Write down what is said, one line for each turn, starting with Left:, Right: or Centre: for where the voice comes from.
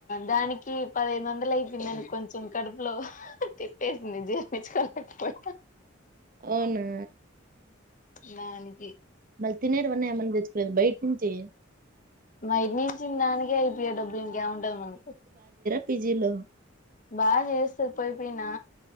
Left: దానికి పదిహేదు వందలు అయిపోయిందిను కొంచెం కడుపు లో తిపేసింది జీర్ణించుకోలే పోయిన
Right: అవునా
Left: దానికి
Right: మళ్ళీ తినేటవన్నా ఏమన్నా తెచ్చుకోలేదు బయట నుంచి
Left: బైట నుంచిన దానికే అయిపోయా డబ్బులు ఇంకేముంటది మనకు
Right: పిజిలో
Left: బా చేస్తది పోయిపోయినా